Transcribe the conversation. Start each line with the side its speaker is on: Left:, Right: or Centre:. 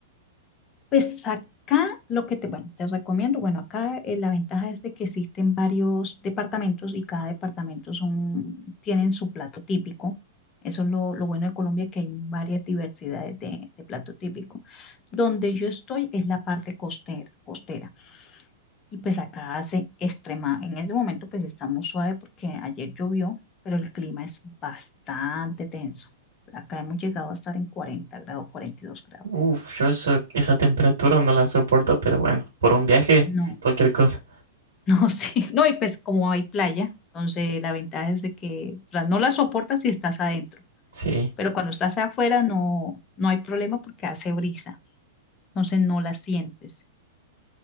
Left: pues acá lo que te, bueno, te recomiendo, bueno, acá eh, la ventaja es de que existen varios departamentos y cada departamento son, tienen su plato típico. Eso es lo, lo bueno de Colombia, que hay varias diversidades de, de plato típico. Donde yo estoy es la parte costera, costera. Y pues acá hace extrema, en ese momento pues está muy suave porque ayer llovió, pero el clima es bastante tenso. Acá hemos llegado a estar en 40 grados, 42 grados.
Right: Uf, yo eso, esa temperatura no la soporto, pero bueno, por un viaje,
Left: No,
Right: cualquier cosa.
Left: no, <laughs> sí, no, y pues como hay playa, entonces la ventaja es de que, o sea, no la soportas si estás adentro,
Right: Sí.
Left: pero cuando estás afuera no, no hay problema porque hace brisa, entonces no la sientes.